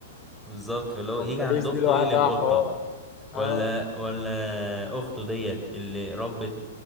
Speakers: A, in the centre; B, on the left (about 35°).
A: بالظبط فاللي هو
B: اماليس
A: يجي عند أخته
B: دي لوحدها
A: يقلب قطة
B: حوار
A: ولا
B: اه
A: ولا اخته ديت اللي ربت